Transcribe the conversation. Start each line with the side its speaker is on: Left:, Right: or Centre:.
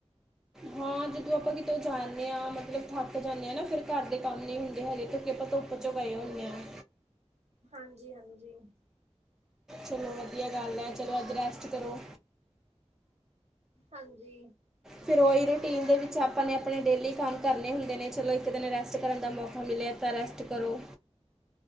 Centre: ਹੋਰ। ਜਦੋਂ ਆਪਾਂ ਕਿਤੋਂ ਜਾਂਨੇ ਹਾਂ, ਮਤਲਬ ਥੱਕ ਜਾਂਨੇ ਆ, ਨਾ ਫਿਰ ਘਰ ਦੇ ਕੰਮ ਨਹੀਂ ਹੁੰਦੇ, ਹੈਗੇ ਕਿਉਂਕਿ ਆਪਾਂ ਤੋ। ਉਹ ਚੋਂ ਗਏ, ਹੁੰਨੇ ਹਾਂ।
Right: ਹਾਂਜੀ -ਹਾਂਜੀ।
Centre: ਚਲੋ ਵਧੀਆ ਗੱਲ ਐ, ਚਲੋ ਅੱਜ ਰੈਸਟ ਕਰੋ।
Right: ਹਾਂਜੀ।
Centre: ਫਿਰ ਉਹੀ ਰੂਟੀਨ ਦੇ ਵਿੱਚ ਆਪਾਂ ਨੇ, ਆਪਣੇ ਡੇਲੀ ਕੰਮ ਕਰਨੇ ਹੁੰਦੇ ਨੇ, ਚਲੋ ਇੱਕ ਦਿਨ ਰੈਸਟ ਕਰਨ ਦਾ ਮੌਕਾ ਮਿਲਿਆ ਤਾਂ ਰੈਸਟ। ਟ, ਕਰੋ।